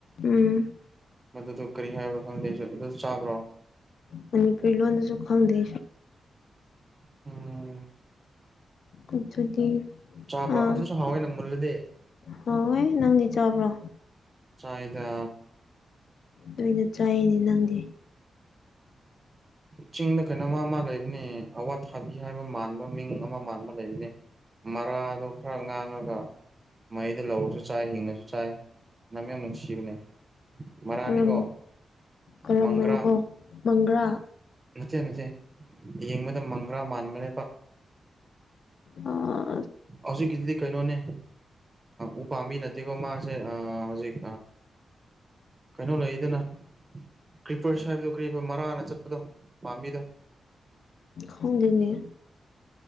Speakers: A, on the left (about 65°); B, on the right (about 25°).
A: ꯎꯝ
B: ꯃꯗꯨꯗ ꯀꯔꯤ ꯍꯥꯏꯕ꯭ꯔꯣ ꯈꯪꯗꯦꯁꯨ ꯑꯗꯨꯁꯨ ꯆꯥꯕ꯭ꯔꯣ
A: ꯃꯅꯤꯄꯨꯔꯤ ꯂꯣꯟꯗꯁꯨ ꯈꯪꯗꯦ
B: ꯎꯝ
A: ꯑꯗꯨꯗꯤ
B: ꯆꯥꯕ꯭ꯔꯣ
A: ꯑꯥ
B: ꯑꯗꯨꯁꯨ ꯍꯥꯎꯋꯦꯅ ꯃꯨꯜꯂꯗꯤ
A: ꯍꯣꯏꯣꯏ ꯅꯪꯗꯤ ꯆꯥꯕ꯭ꯔꯣ
B: ꯆꯥꯏꯗ
A: ꯂꯣꯏꯅ ꯆꯥꯏꯅꯦ ꯅꯪꯗꯤ
B: ꯆꯤꯡꯗ ꯀꯩꯅꯣꯃ ꯃꯥ ꯂꯩꯕꯅꯦ ꯑꯋꯥꯊꯥꯕꯤ ꯍꯥꯏꯕ ꯃꯥꯜꯂ ꯃ ꯃꯤꯡ ꯑꯃ ꯃꯥꯟꯕ ꯂꯩꯔꯤꯅꯤ ꯃꯔꯥꯗꯣ ꯈꯔ ꯉꯥꯡꯉꯒ ꯃꯩꯗ ꯂꯧꯔꯁꯨ ꯆꯥꯏ ꯍꯤꯡꯉꯁꯨ ꯆꯥꯏ ꯅꯝ ꯌꯥꯝ ꯅꯨꯡꯁꯤꯕꯅꯦ ꯃꯔꯥꯅꯤꯀꯣ
A: ꯀꯔꯝ ꯀꯔꯝꯕꯅꯣꯀꯣ
B: ꯃꯪꯒ꯭ꯔꯥ
A: ꯃꯪꯒ꯭ꯔꯥ
B: ꯅꯠꯇꯦ ꯅꯠꯇꯦ ꯌꯦꯡꯕꯗ ꯃꯪꯒ꯭ꯔꯥ ꯃꯥꯟꯕꯅꯦꯕ
A: ꯑꯥ
B: ꯍꯧꯖꯤꯛꯀꯤꯗꯨꯗꯤ ꯀꯩꯅꯣꯅꯦ ꯎ ꯄꯥꯝꯕꯤ ꯅꯠꯇꯦꯀꯣ ꯃꯥ ꯁꯦ ꯍꯧꯖꯤꯛ ꯀꯩꯅꯣ ꯂꯩꯗꯅ ꯀ꯭ꯔꯤꯄꯔꯁ ꯍꯥꯏꯕꯗꯣ ꯀꯔꯤ ꯃꯔꯥꯅ ꯆꯠꯄꯗꯣ ꯄꯥꯝꯕꯤꯗꯣ
A: ꯍꯣꯡ ꯂꯩꯣꯏꯅꯦ